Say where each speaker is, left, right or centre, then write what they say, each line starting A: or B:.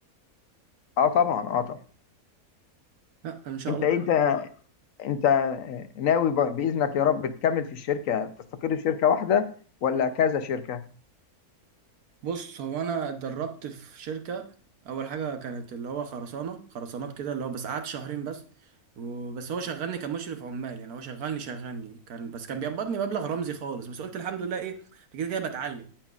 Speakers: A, on the left (about 65°); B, on the right (about 80°).
A: اه طبعا اه طبعا
B: لا ان شاء
A: انت
B: الله
A: انت انت ناوي ب- باذنك يا رب تكمل في الشركه تستقر في شركه واحده ولا كذا شركه
B: بص هو انا اتدربت في شركه اول حاجه كانت اللي هو خرسانه خرسانات كده اللي هو بس قعدت شهرين بس وبس هو شغلني كمشرف عمال يعني هو شغلني شغلني كان بس كان بيقبضني مبلغ رمزي خالص بس قلت الحمد لله ايه كده كده بتعلم